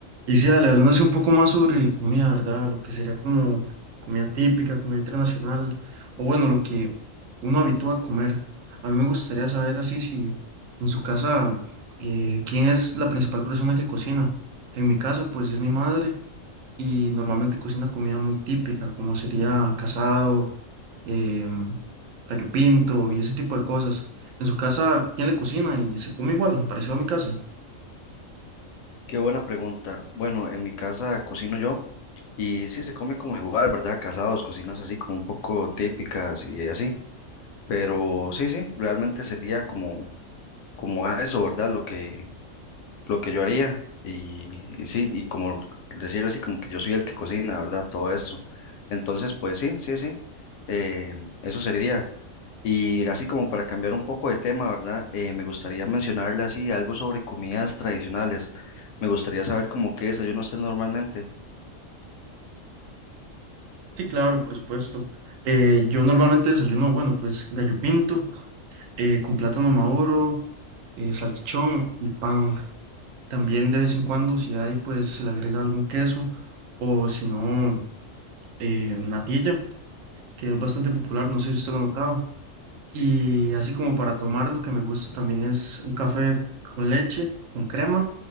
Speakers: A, on the right (about 75°); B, on the left (about 70°).
A: Y sí, dale, hablándose un poco más sobre comida, ¿verdad? Lo que sería como comida típica, comida internacional, o bueno, lo que uno habitúa a comer. A mí me gustaría saber así si en su casa, eh, ¿quién es la principal persona que cocina? En mi casa, pues es mi madre y normalmente cocina comida muy típica, como sería casado, em, gallo pinto y ese tipo de cosas. En su casa, ¿quién le cocina y se come igual, parecido a mi casa?
B: Qué buena pregunta. Bueno, en mi casa cocino yo y sí se come como igual, ¿verdad? Casados, cocinas así como un poco típicas y así. Pero sí, sí, realmente sería como, como a eso, ¿verdad? Lo que, lo que yo haría y, y sí, y como decirle así como que yo soy el que cocina, ¿verdad? Todo eso. Entonces, pues sí, sí, sí. eh, eso sería. Y así como para cambiar un poco de tema, ¿verdad? Eh, me gustaría mencionarle así algo sobre comidas tradicionales. Me gustaría saber como qué desayuno usted normalmente.
A: Sí, claro, por supuesto. Eh, yo normalmente desayuno, bueno, pues gallo pinto, eh, con plátano maduro, eh, salchichón y pan. También de vez en cuando, si hay, pues se le agrega algún queso o si no, eh, natilla, que es bastante popular, no sé si usted lo ha notado. Y así como para tomar, lo que me gusta también es un café con leche, con crema